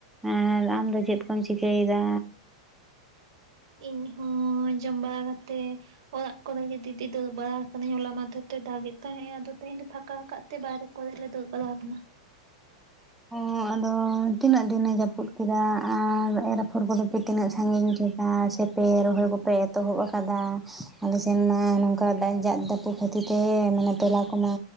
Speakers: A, in the centre; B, on the right.
A: ᱟᱨ ᱟᱢᱫᱚ ᱪᱮᱫ ᱠᱚᱢ ᱪᱤᱠᱟᱹᱭᱮᱫᱟ?
B: ᱤᱧ ᱦᱚᱸ ᱡᱚᱢ ᱵᱟᱲᱟ ᱠᱟᱛᱮᱜ ᱚᱲᱟᱜ ᱠᱚᱨᱮᱜ ᱜᱮ ᱫᱤᱫᱤ ᱫᱟᱹᱲ ᱵᱟᱲᱟ ᱠᱟᱹᱱᱟᱹᱧ ᱦᱚᱞᱟ ᱢᱟᱫᱷᱮ ᱛᱮ ᱫᱟᱜ ᱮ ᱛᱟᱦᱮᱸᱜ ᱟᱫᱚ ᱛᱮᱦᱮᱧ ᱫᱚ ᱯᱷᱟᱸᱠᱟ ᱟᱠᱟᱫ ᱛᱮ ᱵᱟᱦᱨᱮ ᱠᱚᱨᱮᱞᱮ ᱫᱩᱲᱩᱵ ᱵᱟᱲᱟᱟᱠᱟᱱᱟ᱾
A: ᱚ ᱟᱫᱚ ᱛᱤᱱᱟᱹᱜ ᱫᱤᱱ ᱮ ᱡᱟᱹᱯᱩᱫ ᱠᱮᱫᱟ ᱟᱨ ᱮᱨ ᱟᱯᱷᱚᱨ ᱠᱚ ᱫᱚ ᱯᱮ ᱛᱤᱱᱟᱹᱜ ᱥᱟᱺᱜᱤᱧ ᱠᱮᱫ ᱟᱨ ᱥᱮᱯᱮ ᱨᱚᱦᱚᱭ ᱠᱚᱯᱮ ᱮᱛᱚᱦᱚᱵ ᱟᱠᱟᱫᱟ ᱟᱞᱮ ᱥᱮᱱ ᱢᱟ ᱱᱚᱝᱠᱟ ᱫᱟᱭ ᱡᱟᱜ ᱫᱟᱹᱯᱩ ᱠᱷᱟᱹᱛᱤᱨ ᱛᱮ ᱢᱟᱱᱮ ᱴᱚᱞᱟ ᱠᱚᱢᱟ